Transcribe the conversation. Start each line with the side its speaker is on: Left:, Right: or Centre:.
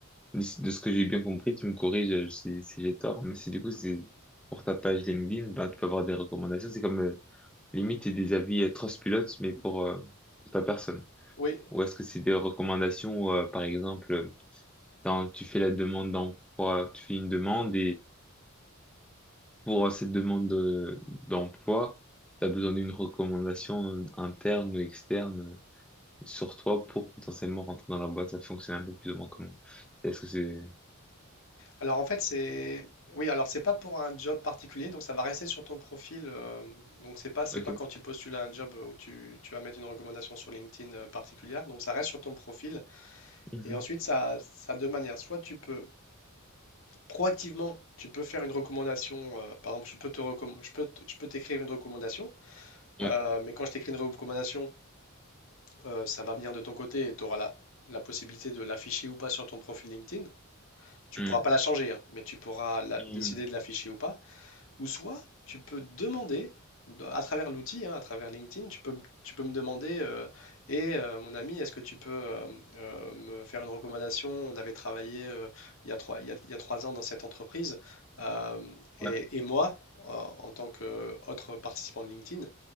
Centre: de de ce que j'ai bien compris, tu me corriges euh, si, si j'ai tort, mais si du coup, c'est pour ta page LinkedIn, bah, tu peux avoir des recommandations, c'est comme euh, limite des avis euh, Trustpilot, mais pour, euh, pour ta personne.
Left: Oui,
Centre: Ou est-ce que c'est des recommandations, où, euh, par exemple, quand tu fais la demande d'emploi, tu fais une demande pour euh, cette demande de- d'emploi, tu as besoin d'une recommandation euh, interne ou externe euh, sur toi pour potentiellement rentrer dans la boîte. Ça fonctionne un peu plus ou moins comment? Est-ce que c'est...
Left: Alors en fait, c'est oui, alors c'est pas pour un job particulier, donc ça va rester sur ton profil. euh, donc c'est pas c'est
Centre: Ok.
Left: pas quand tu postules à un job où tu, tu vas mettre une recommandation sur LinkedIn euh, particulière, donc ça reste sur ton profil.
Centre: Mhm.
Left: Et ensuite ça ça a deux manières. Soit tu peux proactivement Tu peux faire une recommandation, euh, par exemple, je peux te recomm- je peux te- je peux t'écrire une recommandation,
Centre: Ouais.
Left: euh, mais quand je t'écris une recommandation, euh, ça va venir de ton côté et tu auras la, la possibilité de l'afficher ou pas sur ton profil LinkedIn. Tu
Centre: Mhm.
Left: pourras pas la changer, hein, mais tu pourras la-
Centre: Mhm.
Left: décider de l'afficher ou pas. Ou soit, tu peux demander, dans- à travers l'outil, hein, à travers LinkedIn, tu peux, m- tu peux me demander, euh, et euh, mon ami, est-ce que tu peux euh, euh, me faire une recommandation? On avait travaillé euh, il y a trois, il y a- il y a trois ans dans cette entreprise, euh, et,
Centre: Ouais.
Left: et moi, en en tant qu'autre participant de LinkedIn,